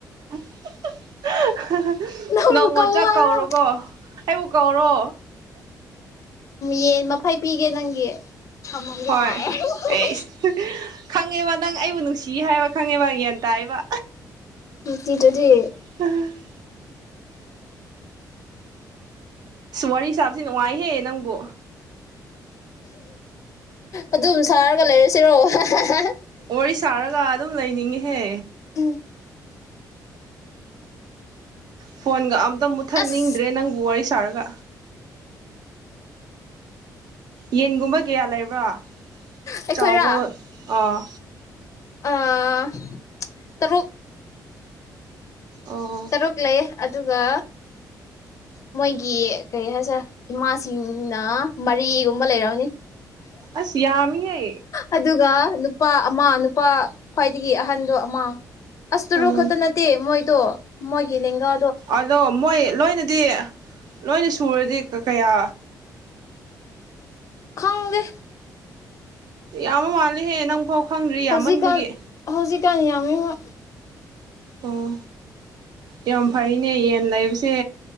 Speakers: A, on the right; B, on the left.
A: <unintelligible>
B: ꯅꯪꯕꯨ
A: ꯅꯣꯡꯃ
B: ꯀꯧ
A: ꯆꯥꯥꯛ
B: ꯍꯥꯏꯕ꯭ꯔꯣ
A: ꯀꯧꯔꯣꯀꯣ ꯑꯩꯕꯨ ꯀꯧꯔꯣ
B: ꯌꯦꯟ ꯃꯐꯩ ꯄꯤꯒꯦ ꯅꯪꯒꯤ ꯊꯝꯃꯝꯒꯦ
A: ꯍꯣꯏ
B: ꯑꯥꯏ <unintelligible>
A: <unintelligible> ꯈꯪꯉꯦꯕ ꯅꯪ ꯑꯩꯕꯨ ꯅꯨꯡꯁꯤ ꯍꯥꯏꯕ ꯈꯪꯉꯦꯕ ꯒ꯭ꯌꯥꯟ ꯇꯥꯏꯕ
B: ꯅꯨꯡꯁꯤꯗ꯭ꯔꯗꯤ
A: <unintelligible> ꯋꯥꯔꯤ ꯁꯥꯕꯖꯤ ꯅꯨꯡꯉꯥꯏꯍꯦ ꯅꯪꯕꯨ
B: ꯑꯗꯨꯝ ꯁꯥꯔꯒ ꯂꯩꯔꯁꯤꯔꯣ <unintelligible>
A: ꯋꯥꯔꯤ ꯁꯥꯔꯒ ꯑꯗꯨꯝ ꯂꯩꯅꯤꯡꯉꯤꯍꯦ
B: ꯍꯨꯝ
A: ꯐꯣꯟꯒ ꯑꯝꯇ ꯃꯨꯠꯊꯠꯅꯤꯡꯗ꯭ꯔꯦ
B: ꯑꯁ
A: ꯅꯪꯕꯨ ꯋꯥꯔꯤ ꯁꯥꯔꯒ ꯌꯦꯟꯒꯨꯝꯕ ꯀꯌꯥ ꯂꯩꯕ꯭ꯔꯥ
B: ꯑꯩꯈꯣꯏꯔꯥ
A: ꯆꯥꯎꯕ ꯑꯥ
B: ꯑꯥ ꯇꯔꯨꯛ
A: ꯑꯣ
B: ꯇꯔꯨꯛ ꯂꯩ ꯑꯗꯨꯒ ꯃꯣꯏꯒꯤ ꯀꯔꯤ ꯍꯥꯏꯁꯦ ꯏꯃꯥꯁꯤꯡꯅ ꯃꯔꯤꯒꯨꯝꯕ ꯂꯩꯔꯝꯅꯤ
A: ꯑꯁ ꯌꯥꯝꯃꯤꯍꯦ
B: ꯑꯗꯨꯒꯥ ꯅꯨꯄꯥ ꯑꯃ ꯅꯨꯄꯥ ꯈ꯭ꯋꯥꯏꯗꯒꯤ ꯑꯍꯟꯗꯣ ꯑꯃ ꯑꯁ ꯇꯔꯨꯛ
A: ꯎꯝ
B: ꯈꯠꯇ ꯅꯠꯇꯦ ꯃꯣꯏꯗꯣ ꯃꯣꯏꯒꯤ ꯂꯦꯡꯒꯥ
A: ꯑꯗꯣ ꯃꯣꯏ ꯂꯣꯏꯅꯗꯤ ꯂꯣꯏꯅ ꯁꯨꯔꯗꯤ ꯀ ꯀꯌꯥ
B: ꯈꯪꯗꯦ
A: ꯌꯥꯝꯕ ꯃꯥꯜꯂꯤꯍꯦ ꯅꯪꯐꯥꯎ ꯈꯪꯗ꯭ꯔꯤ
B: ꯍꯧꯖꯤꯛꯀꯥꯟ
A: ꯌꯥꯝꯃꯟꯕꯒꯤ
B: ꯍꯧꯖꯤꯛꯀꯥꯟ ꯌꯥꯝꯃꯤ ꯍꯣꯏ <inaudible>
A: ꯑꯣ ꯌꯥꯝ ꯐꯩꯅꯦ ꯌꯦꯟ ꯂꯩꯕꯁꯦ